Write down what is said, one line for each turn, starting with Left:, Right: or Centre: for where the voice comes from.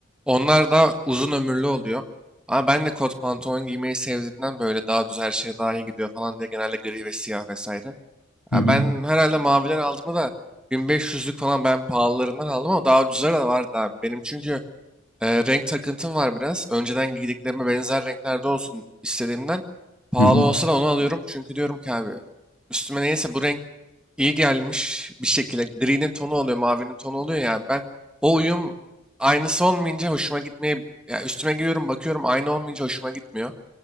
Centre: Onlar daha uzun ömürlü oluyor. Ama ben de kot pantolon giymeyi sevdiğimden böyle daha düz her şey daha iyi gidiyor falan diye genelde gri ve siyah vesaire.
Left: Hı
Centre: Ya
Left: hı.
Centre: ben herhalde maviden aldım da 1500'lük falan ben pahalılarından aldım ama daha ucuzları da vardı abi. Benim çünkü e, renk takıntım var biraz. Önceden giydiklerime benzer renklerde olsun istediğimden. Pahalı
Left: Hı hı.
Centre: olsa da onu alıyorum. Çünkü diyorum ki abi üstüme neyse bu renk iyi gelmiş bir şekilde. Gri'nin tonu oluyor, mavinin tonu oluyor ya. Ben o uyum aynısı olmayınca hoşuma gitmeye... Ya üstüme giyiyorum bakıyorum aynı olmayınca hoşuma gitmiyor.